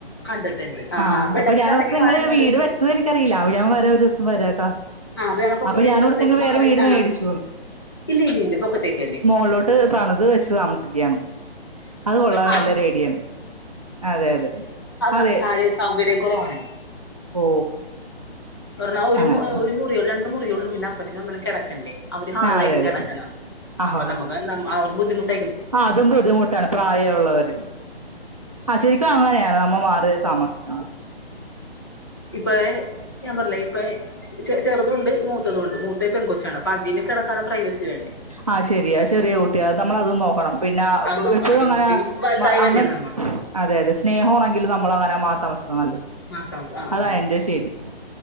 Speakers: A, on the left (about 25°); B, on the right (about 35°).
A: കണ്ടിട്ടുണ്ട് ആഹ്
B: ആ
A: ആഹ്
B: അപ്പൊ
A: ഇടക്ക്
B: ഞാനടു
A: കറങ്ങി
B: നിങ്ങള്
A: വാ ഇങ്ങട്
B: വീട് വെച്ചത് എനിക്കറിയില്ല ഞാൻ വരാ ഒരു ദിവസം വരാംട്ടാ
A: ആഹ് ഞങ്ങ പൊക്കത്തേക്ക്
B: അപ്പൊ ഞാനവിടുത്തെ
A: സെപ്പറേറ്റ്
B: വേറെ
A: മാറി
B: വീട് മേടിച്ചു
A: ആഹ് ഇല്ല ഇല്ല ഇല്ല പൊക്കത്തേക്കന്നെ
B: മോകളിലോട്ട് പണിത് വെച്ച് താമസിക്കുകയാണ് അത് കൊള്ള
A: ആ
B: നല്ലൊരു ഐഡിയാണ് അതെ അതെ അതെ
A: അ താഴെ സൗകര്യം കുറവാണ്
B: ഓ
A: പറഞ്ഞാൽ ഒരു
B: അങ്ങനെ
A: ഒരു മുറി രണ്ട് മുറിയ ഉഉള് പിന്നെ അപ്പച്ചനും അമ്മേ കിട അവര് ഹാളിലാരിക്കും
B: ആ അതെ അതെ
A: കിടക്കണെ
B: ആഹാ
A: അപ്പൊ നമുക്ക് അവർ ബുദ്ധിമുട്ട്
B: അതും ബുദ്ധിമുട്ടാണ് പ്രായമുള്ളവരില് ആ ശരിക്കും അങ്ങനെയാണ് അമ്മ മാ താമസം
A: ഇപ്പയെ ഞാൻ പറല് ഇപ്പൊ ചെറുതുംഉണ്ട് മൂത്തത് ഉണ്ട് മൂത്ത പെണ്ണ്കൊച്ചാണ് അപ്പോ അതിന് കിട പ്രൈവസി വേണ്ടേ
B: ആഹ ശരിയ ചെറിയാ കുട്ടിയ നമ്മളതും നോക്കണം പിന്നെ
A: അത് നോക്കണം
B: എപ്പോഴും
A: പെൺകുട്ടി
B: അങ്ങനെ
A: വലുതായി വന്നെയാണ്
B: അങ്ങനെ
A: നമ്മ
B: അതെ അതെ സ്നേഹമാണങ്കിലും നമ്മൾ അങ്ങനെ മാറി താമസി നല്ലത്
A: മാർത്താമസം ആ
B: അതാ
A: ആ
B: എന്റെ ശരി